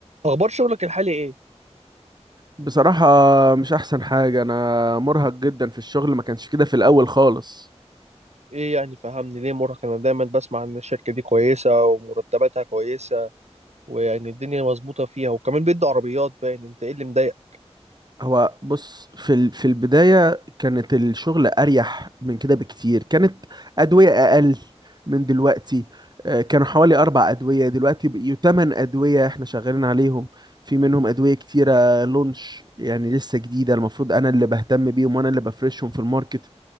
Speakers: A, on the right; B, on the right.
A: اخبار شغلك الحالي ايه
B: بصراحة مش أحسن حاجة أنا مرهق جدا في الشغل ما كانش كده في الأول خالص
A: ايه يعني فهمني ليه مرهق انا دايما بسمع ان الشركه دي كويسه ومرتباتها كويسه ويعني الدنيا مظبوطه فيها وكمان بيدوا عربيات باين انت ايه اللي مضايقك
B: هو بص في ال- في البداية كانت الشغل أريح من كده بكتير كانت أدوية أقل من دلوقتي آه، كانوا حوالي أربع أدوية دلوقتي بقيوا تمن أدوية إحنا شغالين عليهم في منهم أدوية كتيرة لونش يعني لسه جديدة المفروض أنا اللي بهتم بيهم وأنا اللي بفرشهم في الماركت